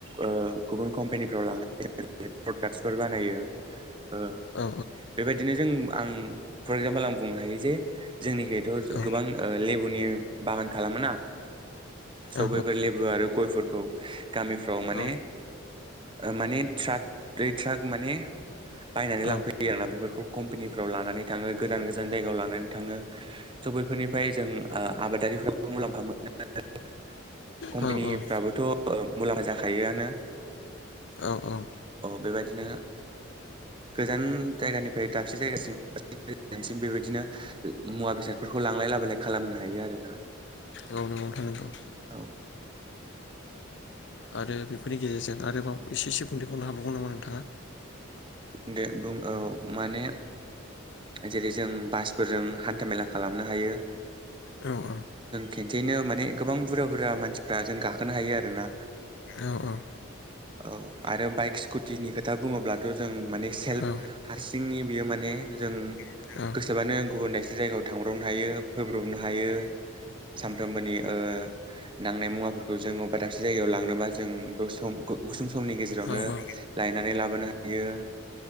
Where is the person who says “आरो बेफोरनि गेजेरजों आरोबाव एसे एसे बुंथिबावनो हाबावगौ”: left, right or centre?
Left